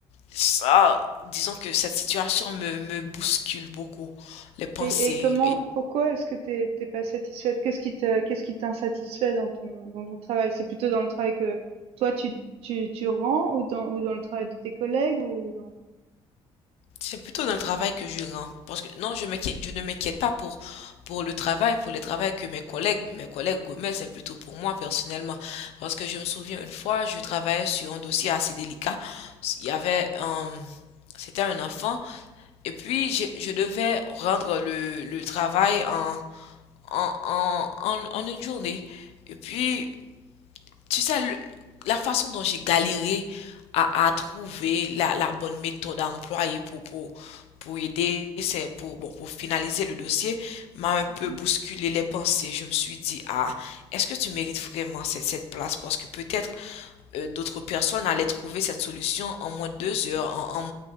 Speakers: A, on the left; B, on the right.
A: Ça, disons que cette situation me, me bouscule beaucoup les pensées.
B: Et et comment pourquoi est-ce que t'es es pas satisfaite? Qu'est-ce qui te qu'est-ce qui t'insatisfait dans ton dans ton travail? C'est plutôt dans le travail que toi tu tu tu rends ou dans ou dans le travail de tes collègues ou dans
A: C'est plutôt dans le travail que je rends. Parce que non, je m'inquiète, je ne m'inquiète pas pour, pour le travail, pour le travail que mes collègues, mes collègues gourmets, c'est plutôt pour moi personnellement. Parce que je me souviens une fois, je travaillais sur un dossier assez délicat. Il y avait un, c'était un enfant. Et puis, je, je devais rendre le, le travail en, en, en, en, en une journée. Et puis, tu sais, le- la façon dont j'ai galéré à, à trouver la, la bonne méthode à employer pour, pour, pour aider, c'est pour, bon, pour finaliser le dossier, m'a un peu
B: le Mmh
A: bousculé les pensées. Je me suis dit, ah, est-ce que tu mérites vraiment cette, cette place? Parce que peut-être euh, d'autres personnes allaient trouver cette solution en moins de deux heures, en, en,